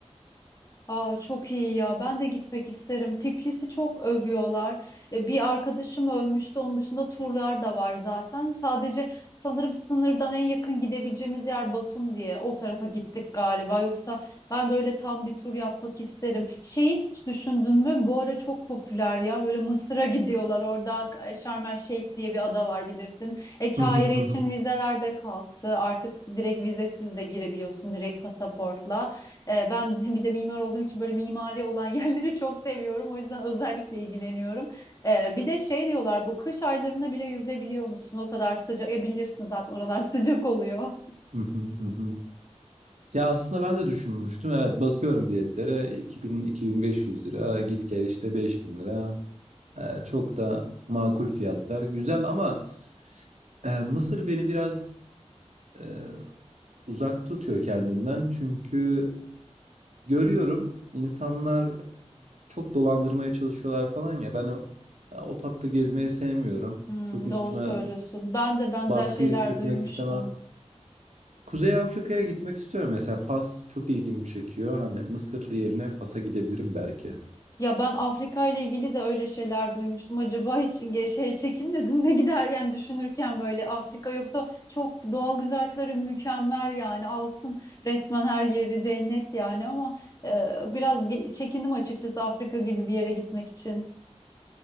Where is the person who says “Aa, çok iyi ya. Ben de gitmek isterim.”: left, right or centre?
Left